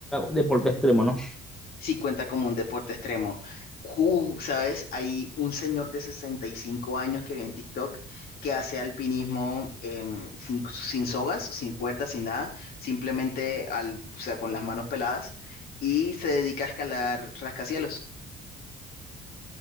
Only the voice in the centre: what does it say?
deporte extremo, ¿no?